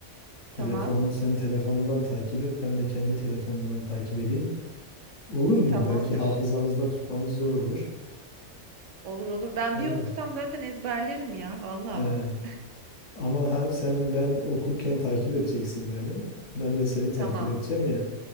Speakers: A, on the left; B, on the right.
A: telefonun
B: Tamam.
A: sen telefonundan takip et ben de kendi telefonumdan takip edeyim. Olur mu?
B: Tamamdır.
A: Belki hafızamızda tutmamız zor olur.
B: Olur olur. Ben
A: Tamam.
B: bir okusam
A: mı?
B: zaten ezberlerim ya. Vallahi
A: Ee,
B: bak.
A: ama hem sen ben okurken takip edeceksin beni. Ben de seni takip
B: Tamam.
A: edeceğim ya.